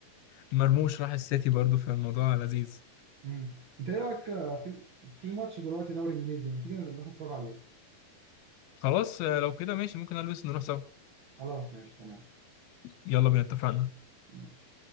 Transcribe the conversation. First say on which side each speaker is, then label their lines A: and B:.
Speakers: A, on the left; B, on the right.
A: مرموش راح السيتي برضو فالموضوع لذيذ
B: امم انت ايه رايك آه، في في ماتش دلوقتي دوري انجليزي ما تيجي نروح نتفرج عليه
A: خلاص آه، لو كده ماشي ممكن البس نروح سوا
B: خلاص ماشي تمام
A: يلا بينا اتفقنا
B: ماشي